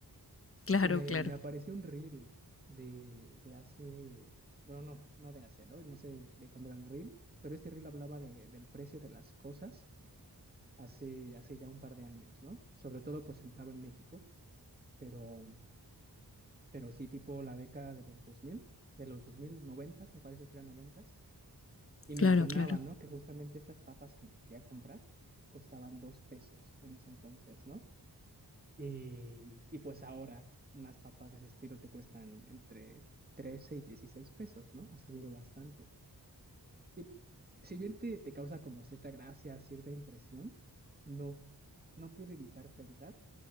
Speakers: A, on the left (about 35°); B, on the right (about 25°).
A: claro,
B: Y me,
A: claro,
B: me apareció un Reel de, de hace, bueno, no, no de hace, ¿no? No sé de cuándo era el Reel, pero este Reel hablaba de- del precio de las cosas hace, hace ya un par de años, ¿no? Sobre todo pues centrado en México, pero, pero sí tipo la década de los 2000, de los 2000, 90, me parece que eran 90 Y mencionaba,
A: claro, claro.
B: ¿no? Que justamente estas papas que me quería comprar costaban dos pesos en ese entonces, ¿no? Y, y pues ahora unas papas de ese estilo te cuestan entre 13 y 16 pesos, ¿no? Ha subido bastante. Y si bien te, te causa como cierta gracia, cierta impresión, no, no pude evitar pensar